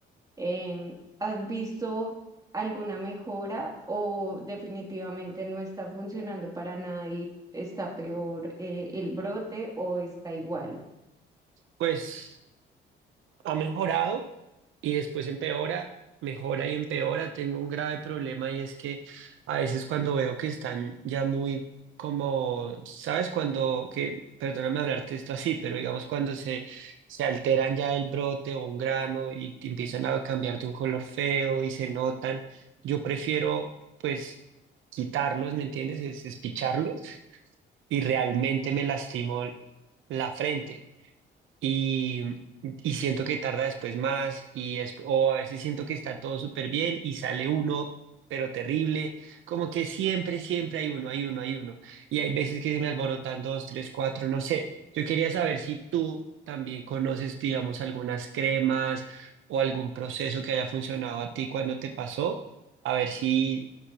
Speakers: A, on the right; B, on the right.
A: Em, ¿has visto alguna mejora o definitivamente no está funcionando para nada y está peor eh, el brote o está igual?
B: pues ha mejorado y después empeora, mejora y empeora. Tengo un grave problema y es que a veces cuando veo que están ya muy como, ¿sabes? Cuando, que, perdóname hablarte esto así, pero digamos cuando se, se alteran ya el brote o un grano y te empiezan a cambiar de un color feo y se notan, yo prefiero pues quitarlos, ¿me entiendes? Es, es picharlos y realmente me lastimó la frente y, y siento que tarda después más y es, o a veces siento que está todo súper bien y sale uno, pero terrible, como que siempre, siempre hay uno, hay uno, hay uno. Y hay veces que se me alborotan dos, tres, cuatro, no sé. Yo quería saber si tú también conoces, digamos, algunas cremas o algún proceso que haya funcionado a ti cuando te pasó, a ver si,